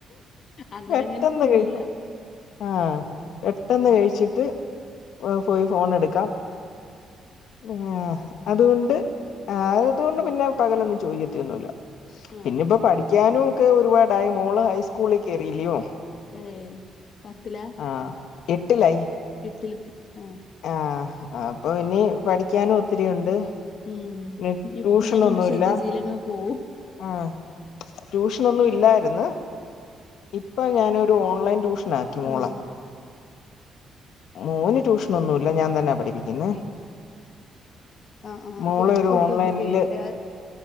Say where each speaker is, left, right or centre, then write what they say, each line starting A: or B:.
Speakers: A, on the left; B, on the left.
A: അങ്ങനെങ്ങലും
B: പെട്ടെന്ന്
A: തിന്നുവല്ല
B: കേക്കും ആഹ് പെട്ടെന്ന് കഴിച്ചിട്ട് പോയി ഫോൺ എടുക്കാം ആഹ് അതുകൊണ്ട് ആഹ് അതുകൊണ്ട് പിന്നെ പകലൊന്നും ചോയിക്കത്തിയൊന്നുമില്ല
A: ആഹ്
B: പിന്നെ ഇപ്പോ പഠിക്കാനും ഒക്കെ ഒരുപാട് ണ്ടായി മോള് ഹൈസ്കൂളിലേക്ക് കേറിയില്ലയോ
A: ഏഹ് പത്തിലാ
B: ആഹ് എട്ടിലായി
A: വീട്ടിലെത്തി ഉം
B: ആഹ് അപ്പൊ ഇനിപഠിക്കാനും ഒത്തിരിയുണ്ട്
A: ഉം
B: ഇനി ട്യൂഷനൊന്നുല്ല
A: ഇനി അങ്ങട്ട് ശ്രദ്ധിച്ചിലെക്കി പോവും
B: ആഹ് ട്യൂഷനൊന്നും ഇല്ലായിര്ന്ന് ഇപ്പൊ ഞാനൊരു ഓൺലൈൻ ട്യൂഷനാക്കി മോളെ
A: ആഹ്
B: മോന് ട്യൂഷൻ ഒന്നുല്ല ഞാൻ തന്നെയ പഠിപ്പിക്കുന്നേ
A: ആഹ് ആഹ്
B: മോളെ
A: സ്കൂളിട്ട്
B: ഒരു ഓൺലൈനില്
A: വന്ന് കഴിഞ്ഞിട്ടെ